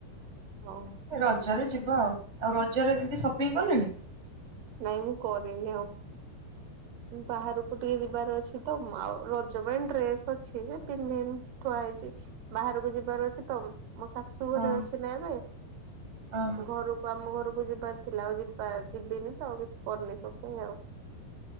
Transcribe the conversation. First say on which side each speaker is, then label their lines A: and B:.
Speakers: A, on the right; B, on the right.
A: ହଉ
B: ରଜରେ ଯିବା ଆଉ। ଆଉ ରଜରେ ଯ ଟତେ ସପିଙ୍ଗ କଲେଣି।
A: ନାଇଁ ମୁଁ କରିନି ଆଉ ବାହାରକୁ ଟିକେ ଯିବାର ଅଛି ତ। ଆଉ ରଜ ପାଇଁ ଡ୍ରେସ୍ ଅଛି। ଯେ ପିନ୍ଧିନି ଥୁଆ ହେଇଛି। ବାହାରକୁ ଯିବାର ଅଛି ତ। ମୋ ଶାଶୁ ଘରେ
B: ହଁ
A: ଅଛି ନା ଏବେ।
B: ଓହୋ
A: ଘରକୁ ଆମ ଘରକୁ ଯିବାର ଥିଲା ଆଉ ଯ ଯିବିନି। ଆଉ କିଛି କରିନି ସବଥିଙ୍ଗ ଆଉ।